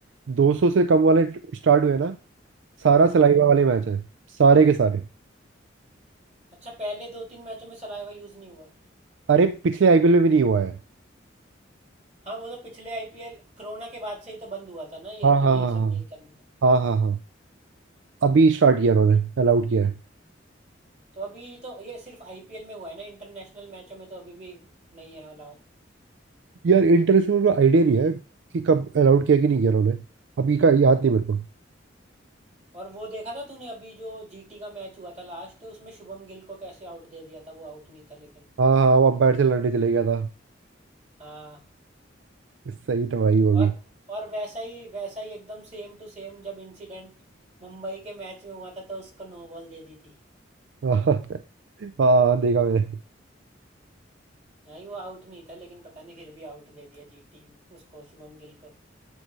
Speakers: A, on the right; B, on the right.
A: 200 से कम वाले स्टार्ट हुए ना सारा सलाइवा
B: हाँ
A: वाले मैच है सारे के सारे
B: अच्छा पहले दो तीन मैचों में सलाइवा यूज़ नहीं हुआ
A: अरे पिछले आईपीएल में भी नहीं हुआ है
B: हाँ वो तो पिछले आईपीएल कोरोना के बाद से ही तो बंद हुआ था ना ये
A: हाँ हाँ
B: कि ये
A: हाँ
B: सब नहीं करना
A: हाँ हाँ हाँ हाँ अभी स्टार्ट किया उन्होंने अलाउड किया है
B: तो अभी तो ये सिर्फ आईपीएल में हुआ है ना इंटरनेशनल मैचों में तो अभी भी नहीं है अलाउ
A: यार इंटरनेशनल का आइडिया नहीं है कि कब अलाउड किया कि नहीं किया उन्होंने अभी का याद नहीं मेरे को
B: और वो देखा था तूने अभी जो जीटी का मैच हुआ था लास्ट उसमें शुभम गिल को कैसे आउट दे दिया था वो आउट नहीं था लेकिन
A: हाँ हाँ वो अंपायर से लड़ने चले गया था
B: हाँ
A: सही था भाई वो
B: और
A: भी
B: और वैसा ही वैसा ही एकदम सेम टू सेम जब इंसिडेंट मुंबई के मैच में हुआ था तो उसको नो बॉल दे दी थी
A: <laughs> हाँ हाँ, देखा मैंने
B: हाँ ही वो आउट नहीं था लेकिन पता नहीं फिर भी आउट दे दिया जीटी उसको शुभम गिल को